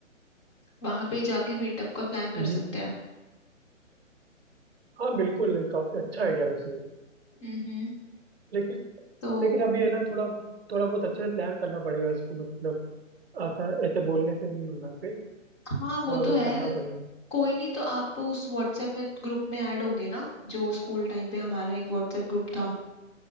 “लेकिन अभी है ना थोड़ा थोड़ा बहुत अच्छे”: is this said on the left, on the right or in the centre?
Right